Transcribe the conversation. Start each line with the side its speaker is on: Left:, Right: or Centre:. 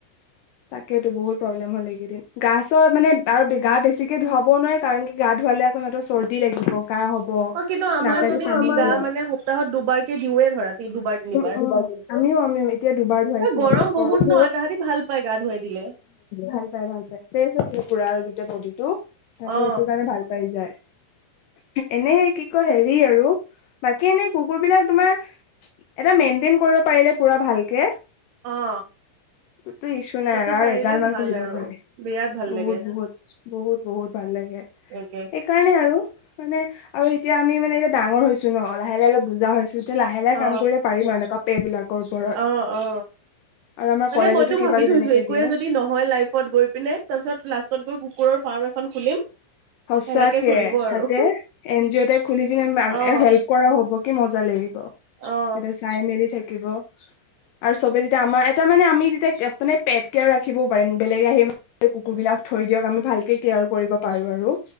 Left: তাকেতো বহুত প্ৰব্লেম হ'ল এইকেইদিন গা চৰ মানে আৰু গা বেছিকে ধুৱাবও নোৱাৰে কাৰণ কি গা ধুৱালে আকৌ সিহঁতৰ চৰ্দি লাগিব কাহ হ'ব
Right: অ কিন্তু আমাৰজনীক
Left: নাকে দি পানী সোমাই
Right: আমি গা মানে সপ্তাহত দুবাৰকে দিওঁৱে ধৰা দুবাৰ তিনিবাৰ
Left: হব আমিও আমিও দুবাৰ ধুৱাইছো
Right: ত গৰম
Left: আৰু
Right: বহুত ন তাহাঁতি ভাল পাই গা ধুৱাই দিলে
Left: ভাল পাই ভাল পাই ফ্ৰেছ পুৰা গোটেই বডিটো সিহঁততে
Right: অ
Left: সেইটো কাৰণে ভাল পাই যায় এনে কি কয় হেৰি আৰু বাকী এনে কুকুৰ বিলাক তোমাৰ এটা মেইনটেইন কৰিব পাৰিলে পুৰা ভালে কে
Right: অ'।
Left: কতো ইচ্ছু নাই
Right: সেইটো
Left: আৰু, আৰু
Right: পাৰিলে
Left: এগালমান
Right: ভাল
Left: পঢ়িব
Right: আৰু
Left: পাৰে।
Right: বিৰাট ভাল
Left: বহুত
Right: লাগে
Left: বহুত বহুত বহুত ভাল লাগে।
Right: এনেকে
Left: সেইকাৰণে আৰু মানে আৰু এতিয়া আমি মানে এতিয়া ডাঙৰ হৈছো ন, লাহে লাহে অলপ বুজা হৈছো। এতিয়া লাহে-লাহে
Right: অ
Left: কাম কৰিলে পাৰিম আৰু এনকা বেৰ বিলাকৰ ওপৰত
Right: অ, অ
Left: আৰু আমাৰ
Right: মানে
Left: কলেজতো
Right: মইতো
Left: কিবা
Right: ভাবি থৈছো
Left: তেনেকে
Right: একোৱে
Left: দিওঁ
Right: যদি নহয় লাইফত গৈ পিনে তাৰপিছত লাষ্টত গৈ কুকুৰৰ ফাৰ্ম খন খুলিম
Left: সচাকে
Right: সেনেকে চলিব আৰু
Left: তাতে এন জি অ' টাইপ খুলি পিনে
Right: অ
Left: হেল্প কৰা হব কি মজা লাগিব,
Right: অ
Left: ততে চাই মেলি থাকিব আৰু চবে তেতিয়া আমাৰ, এটা মানে আমি তেতিয়া মানে পেট কেয়াৰ ৰাখিবও পাৰিম, বেলেগে আহি কুকুৰবিলাক থৈ দিয়ক আমি ভালকে কেয়াৰ কৰিব পাৰো আৰু।